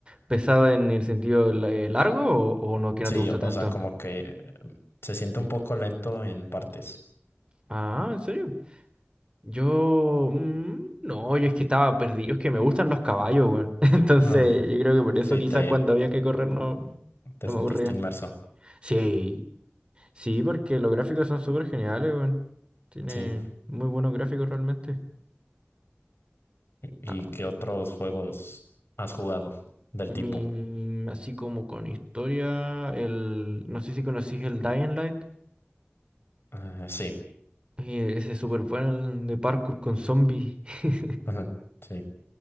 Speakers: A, on the right; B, on the left.
A: ¿Pesado en el sentido la- eh, largo o, o no, que no
B: Sí,
A: te gustó
B: o
A: tanto?
B: o sea, como que eh, se siente un poco lento en partes.
A: Ah, ¿en serio? Yo, mm, no, yo es que estaba perdido, es que me gustan los caballos, weón. <laughs> Entonces,
B: Ujú.
A: yo creo que por eso
B: Sí,
A: quizás
B: te,
A: cuando había que correr no,
B: te
A: no
B: sentiste
A: me aburría.
B: inmerso.
A: Sí, sí, porque los gráficos son súper geniales, weón. Tienen
B: Sí.
A: muy buenos gráficos realmente.
B: ¿Y
A: Ah,
B: y qué otros juegos has jugado del
A: Mi-
B: tipo?
A: así como con historia, el, no sé si conocís el Dying Light,
B: Eh, sí.
A: eh, ese es súper bueno el de parkour con zombies. <laughs>
B: Ujú. Sí.